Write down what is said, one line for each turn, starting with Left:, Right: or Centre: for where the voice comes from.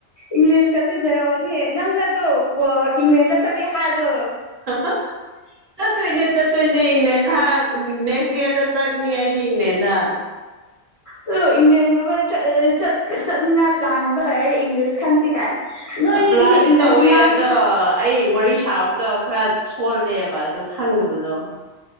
Left: ꯏꯪꯂꯤꯁ ꯇ <inaudible> ꯑꯣꯅꯤ ꯅꯪꯅꯗꯣ ꯑꯣ ꯏꯪꯂꯦꯟꯗ ꯆꯠꯂꯦ ꯍꯥꯏꯕꯗꯣ꯫
Right: ꯍꯥ ꯍꯥ ꯆꯠꯇꯣꯏꯅꯦ ꯆꯠꯇꯣꯏꯅꯦ ꯏꯪꯂꯦꯟ ꯍꯥ ꯅꯦꯛꯁ ꯌꯔꯗ ꯆꯠꯅꯤ ꯑꯩꯗꯤ ꯏꯪꯂꯦꯟꯗ
Left: ꯇꯨ ꯏꯪꯂꯦꯟꯒꯨꯝꯕ ꯆꯠ ꯑ ꯆꯠ ꯀ ꯆꯠꯅꯤꯡꯉꯥꯏ ꯄ꯭ꯂꯥꯟꯒꯨꯝꯕ ꯂꯩꯔ ꯏꯪꯂꯤꯁ ꯈꯪꯗꯦ ꯀꯥꯏ ꯅꯣꯏꯅꯤꯅꯦꯍꯦ
Right: ꯑ ꯄ꯭ꯂꯥꯟꯗꯤ
Left: ꯏꯪꯂꯤꯁ
Right: ꯇꯧꯋꯦ
Left: ꯉꯥꯡ
Right: ꯑꯗꯣ ꯑꯩ ꯋꯥꯔꯤ ꯁꯥꯕ ꯗꯣ ꯈꯔ ꯁꯣꯜꯂꯦꯕ ꯑꯗꯣ ꯈꯪꯗꯕꯗꯣ